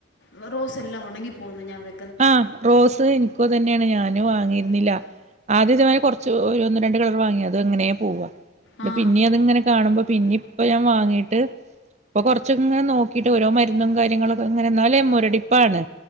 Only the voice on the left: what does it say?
വാ റോസെല്ലാം ഒണങ്ങിപ്പോകുന്നു ഞാൻ വെ
ആ